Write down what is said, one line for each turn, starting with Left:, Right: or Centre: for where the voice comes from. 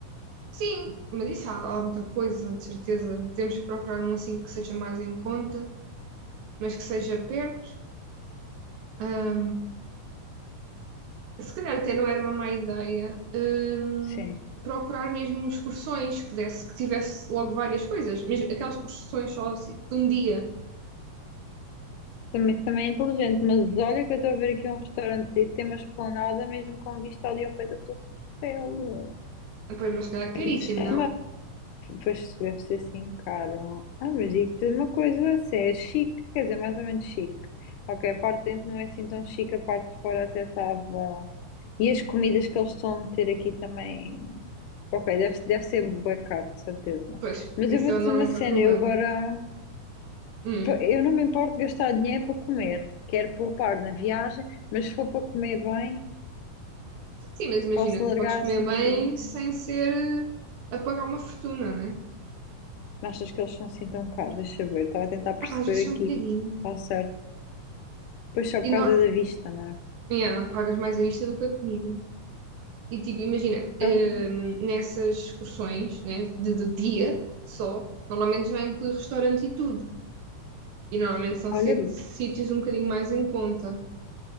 Right: Sim, mas isso há, há muita coisa, de certeza. Temos que procurar um assim que seja mais em conta, mas que seja perto. Ah, se calhar até não era uma má ideia, hum,
Left: Sim.
Right: procurar mesmo excursões que desse, que tivesse logo várias coisas, mesmo aquelas excursões só assim, de um dia.
Left: Também, também é inteligente, mas olha que eu estou a ver aqui um restaurante que tem uma esplanada mesmo com vista ali ao pé da Torre Eiffel.
Right: Ah, Pois, mas se calhar é
Left: Isso
Right: caríssimo,
Left: é.
Right: não?
Left: pois isso deve ser assim caro. Ah, mas digo-te uma coisa, assim, é chique, quer dizer, mais ou menos chique. Ok, a parte de dentro não é assim tão chique, a parte de fora até estava. E as comidas que eles estão a meter aqui também. Ok, deve, deve ser bué caro, de certeza.
Right: Pois,
Left: Mas
Right: esse
Left: eu vou
Right: é
Left: dizer
Right: o- normalmente
Left: uma cena,
Right: é o problema.
Left: eu agora,
Right: Hum.
Left: pa- eu não me importo gastar dinheiro para comer. Quero poupar na viagem, mas se for para comer bem,
Right: Sim, mas imagina,
Left: posso largar
Right: tu podes comer
Left: assim um
Right: bem
Left: bocadinho.
Right: sem ser eh, a pagar uma fortuna, né?
Left: Achas que eles são assim tão caros? Deixa eu ver, estava a tentar perceber
Right: Ah, pá, às vezes
Left: aqui.
Right: é um bocadinho.
Left: Está certo. Pois só
Right: E
Left: por
Right: não,
Left: causa da vista, não é?
Right: yeah, pagas mais a vista do que a comida. E tipo, imagina,
Left: Então,
Right: hum, nessas excursões, né, de, de dia só, normalmente já inclui restaurante e tudo. E normalmente são
Left: olha,
Right: sit- sítios um bocadinho mais em conta.